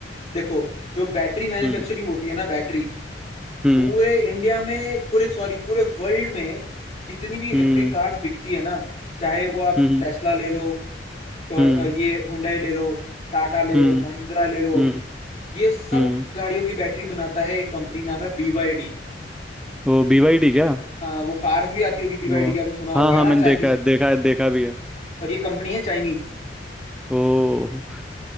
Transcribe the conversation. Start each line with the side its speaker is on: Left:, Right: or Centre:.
Left: देखो जो बैटरी मैन्युफैक्चरिंग
Centre: <clears throat>
Left: होती है ना बैटरी
Centre: हम्म
Left: पूरे
Centre: हम्म
Left: इंडिया में पूरे सॉरी पूरे वर्ल्ड में जितनी भी इलेक्ट्रिक
Centre: हम्म
Left: कार्स बिकती है ना चाहे वो आप
Centre: हम्म
Left: टेस्ला ले लो तो
Centre: हम्म
Left: अ, ये हुंडई ले लो टाटा ले लो
Centre: हम्म
Left: महिंद्रा ले लो
Centre: हम्म
Left: ये सब
Centre: हम्म
Left: गाड़ियों की बैटरी बनाता है एक कंपनी नाम है BYD
Centre: वो बीवाईडी
Left: अब
Centre: क्या
Left: हाँ वो कार्स भी आती होगी बीवाईडी
Centre: वो
Left: की आपने सुना होगा
Centre: हाँ हाँ
Left: है ना
Centre: मैंने
Left: चाइनीज
Centre: देखा है देखा है देखा भी है
Left: और ये कंपनी है चाइनीज
Centre: ओ